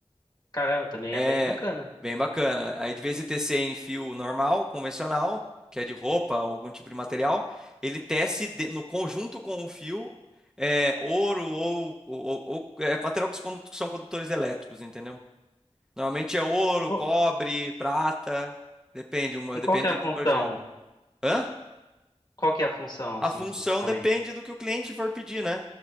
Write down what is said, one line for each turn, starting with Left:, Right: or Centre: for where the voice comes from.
Left: Caramba, também
Centre: É,
Left: é bem bacana.
Centre: bem bacana. Aí de vez de tecer em fio normal, convencional, que é de roupa, algum tipo de material, ele tece de- no conjunto com o fio é, ouro ou, ou, ou- é, material que se condu- que são condutores elétricos, entendeu? Normalmente é ouro,
Left: Pô,
Centre: cobre, prata, depende, uma,
Left: e
Centre: depende
Left: qual que é a
Centre: do
Left: função?
Centre: projeto. Hã?
Left: Qual que é a função, assim,
Centre: A função
Left: especificamente?
Centre: depende do que o cliente for pedir, né?